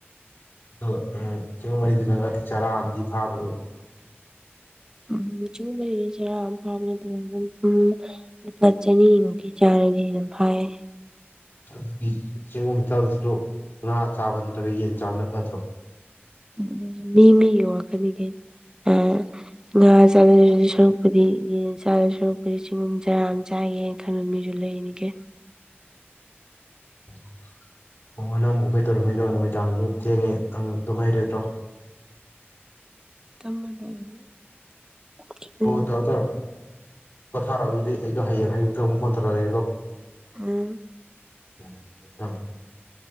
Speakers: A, on the left; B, on the right.
A: <unintelligible>
B: <unintelligible>
A: ꯑꯗꯨꯗꯤ ꯆꯦꯡꯒꯨꯝ ꯆꯥꯗꯣꯏ ꯁꯔꯨꯛ ꯉꯥ ꯆꯥꯕ ꯅꯠꯇ꯭ꯔꯒ ꯌꯦꯟ ꯆꯥꯕꯅ ꯐꯠꯇ꯭ꯔꯣ
B: ꯑꯗꯨꯖꯨ ꯃꯤ ꯃꯤꯒꯤ ꯋꯥꯈꯟꯅꯤ ꯀꯩꯅꯣ ꯑꯥ ꯉꯥ <unintelligible> ꯁꯔꯨꯛꯄꯨꯗꯤ ꯌꯦꯟ ꯆꯥꯗꯣꯏ ꯁꯔꯨꯛꯄꯨꯗꯤ ꯆꯤꯡꯒꯨꯝ ꯆꯔꯥ ꯑꯃ ꯆꯥꯒꯦꯅ ꯈꯟꯕ ꯃꯤꯁꯨ ꯂꯩꯔꯤꯅꯤ ꯀꯩꯅꯣ
A: <inaudible> ꯃꯃꯥ ꯅꯪꯕꯨ ꯀꯩꯗꯧꯔꯝꯃꯤꯅꯣ ꯅꯨꯃꯤꯗꯥꯡ ꯃꯨ ꯆꯦꯜꯂꯦ ꯑꯪ ꯇꯨꯝꯍꯩꯔꯤꯗ꯭ꯔꯣ
B: <unintelligible> ꯎꯝ
A: ꯍꯣ ꯇꯧꯔꯣ ꯇꯧꯔꯣ ꯄꯣꯊꯥꯔꯣ ꯑꯗꯨꯗꯤ ꯑꯩꯗꯣ ꯍꯌꯦꯡ ꯑꯌꯨꯛꯇ ꯑꯃꯨꯛ ꯐꯣꯟ ꯇꯧꯔꯛꯑꯒꯦꯀꯣ
B: ꯎꯝ
A: <unintelligible>